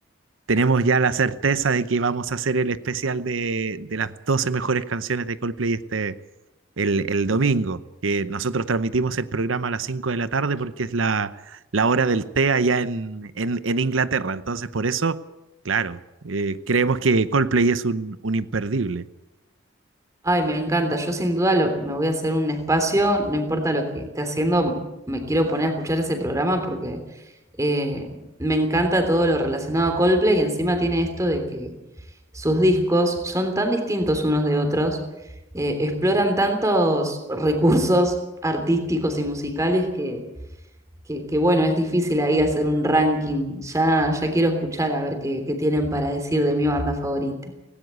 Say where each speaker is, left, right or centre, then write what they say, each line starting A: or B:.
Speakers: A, on the right; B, on the right.
A: tenemos ya la certeza de que vamos a hacer el especial de, de las 12 mejores canciones de Coldplay este, el, el domingo, que nosotros transmitimos el programa a las 5 de la tarde porque es la, la hora del té allá en, en, en Inglaterra. Entonces, por eso, claro, eh, creemos que Coldplay es un, un imperdible.
B: ay, me encanta. Yo sin duda lo- me voy a hacer un espacio, no importa lo que esté haciendo, me quiero poner a escuchar ese programa porque eh, me encanta todo lo relacionado a Coldplay y encima tiene esto de que sus discos son tan distintos unos de otros, eh, exploran tantos recursos artísticos y musicales que, que, que, bueno, es difícil ahí hacer un ranking. Ya, ya quiero escuchar a ver qué, qué tienen para decir de mi banda favorita.